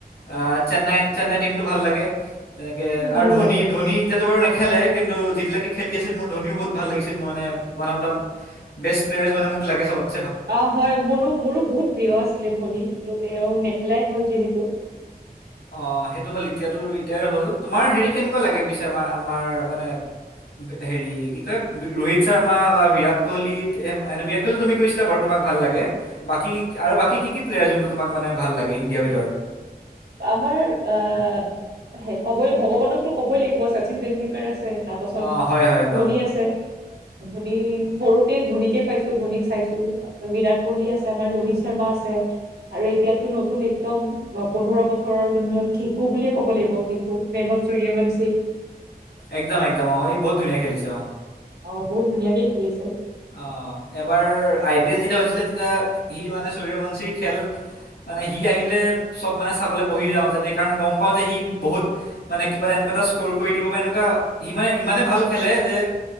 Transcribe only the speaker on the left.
আহ চেন্নাই, চেন্নাই টিমটো ভাল লাগে। তেনেকে
আৰু
ধোনী
ধনী এতিয়াতো বাৰু নে খেলে কিন্তু যেতিয়ালৈকে খেলি আছিল মোৰ ধনীও বহুত ভাল লাগিছিল মানে। One of the best player মানে মোক লাগে চবত
অ' সেইটো হ'ল এতিয়াতো ৰিটাই হ'ল তোমাৰ হেৰি কেনেকুৱা লাগে পিছে আমাৰ আমাৰ মানে হেৰি কি কয়, ৰোহিত শৰ্মা বা বিৰাট কোহলি এ বিৰাট তুমি কৈছিলা বাৰু তোমাক ভাল লাগে, বাকী আৰু বাকী কি প্লেয়াৰ যোনটো তোমাক মানে ভাল লাগে ইণ্ডিয়াৰ ভিতৰত?
অঁ হয় হয় একদম
একদম একদম অ' ই বহুত ধুনীয়া খেলিছে অ।
অ' এবাৰ আই পি এল যেতিয়া হৈছিলে, তেতিয়া সি মানে চুৰীয়াবঞ্চি খেল মানে সি আহিলে চব মানে চাবলৈ বহি যাওঁ যাতে কাৰণ গম পাওঁ যে সি বহুত মানে কিবা এনেকুৱা এটা স্কৰ কৰি দিব বা, এনেকুৱা সি মানে ইমানে ভাল খেলে যে,